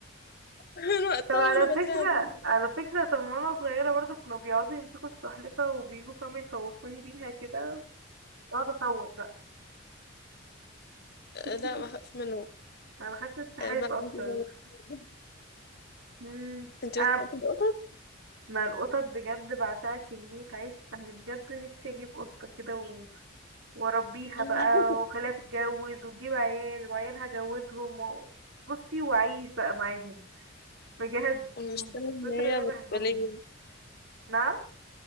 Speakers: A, on the left; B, on the right.
A: <laughs> من وقتها
B: طب على
A: وانا
B: فكرة
A: بترعب منه
B: على فكرة طب وانا صغيرة برضه كانوا بيقعدوا يمسكوا السلحفة وبيجوا فاهمة يخوفوني بيها كده اقعد اصوت بقى
A: آه،
B: <laughs>
A: لا بخاف منه
B: انا بخاف من السحالف
A: آه، بعدين
B: اكتر
A: بقى- <laughs>
B: امم
A: انت
B: أم
A: بتحبي القطط؟
B: ما القطط بجد بعشقها كمية عيش انا بجد نفسي اجيب قطة كده و... واربيها
A: <laughs>
B: بقى واخليها تتجوز وتجيب عيال وعيالها اجوزهم و... بصي واعيش بقى معاهم بجد
A: مش
B: من
A: فاهم
B: كتر
A: ان هي
B: ما انا بحبهم
A: مسؤولية
B: نعم